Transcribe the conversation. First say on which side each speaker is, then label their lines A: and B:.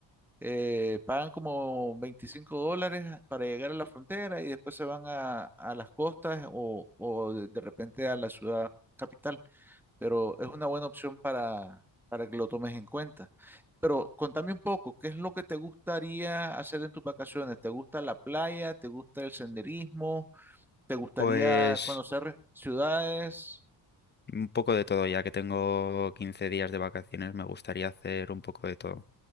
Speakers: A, in the centre; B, on the left.
A: eh, pagan como 25 dólares para llegar a la frontera y después se van a, a las costas o, o de, de repente a la ciudad capital, pero es una buena opción para, para que lo tomes en cuenta. Pero contame un poco, ¿qué es lo que te gustaría hacer en tus vacaciones? ¿Te gusta la playa? ¿Te gusta el senderismo? ¿Te gustaría
B: pues...
A: conocer ciudades?
B: Un poco de todo, ya que tengo 15 días de vacaciones, me gustaría hacer un poco de todo.